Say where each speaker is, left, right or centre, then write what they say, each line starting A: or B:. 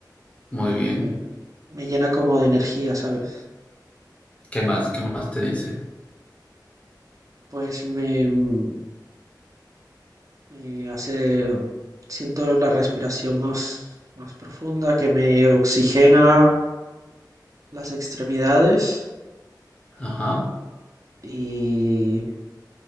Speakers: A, on the right; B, on the left.
A: y
B: muy bien.
A: me, me llena como de energía, ¿sabes?
B: ¿Qué más? ¿Qué más te dice?
A: Pues me, mm, me hace, siento la respiración más, más profunda, que me oxigena las extremidades
B: Ajá.
A: y,